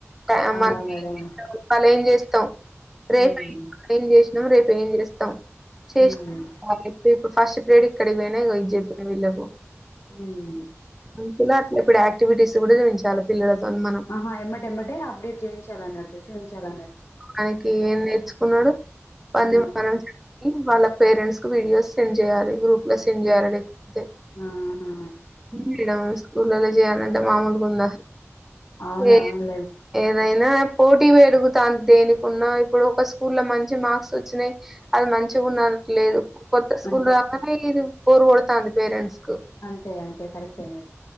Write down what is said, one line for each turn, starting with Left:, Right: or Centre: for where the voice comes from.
Centre: క
Left: అవునా
Centre: మ్
Left: మేడం.
Centre: ఇవాళ ఏం చేస్తాం.
Left: హ్మ్
Centre: రేపై ఏంమ్ చేసినాం రేపు ఏం చేస్తాం. చేస్
Left: హ్మ్
Centre: ఆఫ్ ఇట్ ఇప్ ఫస్ట్ ఫ్రీడ్ ఇక్కడికి పోయినాయి. కద జెపు వీళ్ళకు.
Left: హ్మ్
Centre: గుంపులో అట్లా ఇప్పుడు యాక్టివిటీస్ కూడా చేయించాల పిల్లలతోన మనం
Left: ఆహా ఎమ్మటేమ్మటే అప్డేట్ చేయించాలన్నట్టు చూపించాలన్న
Centre: ఆయనకి ఏం నేర్చుకున్నాడు <unintelligible>
Left: ఆ
Centre: వాళ్ళ పేరెంట్స్ కు వీడియోస్ సెండ్ చేయాలి గ్రూప్ లో సెండ్ చేయాలి లేకపోతే
Left: ఊహూ
Centre: మేడం స్కూల్లో నె చేయాలంటే మాముూలుగుందా.
Left: అవును
Centre: ఏ
Left: అవునులేండి
Centre: ఏదైనా పోటీ పెరుగుతాంది దేనికున్నా ఇప్పుడు ఒక స్కూల్ లో మంచి మార్క్స్ వచ్చినాయి అది మంచిగా ఉండనికి లేదు. కొత్త స్కూల్
Left: అంతే
Centre: రాగానే. ఇది బోరు కొడతా అంది పేరెంట్స్ కు
Left: అంతే అంతే కరెక్టే అది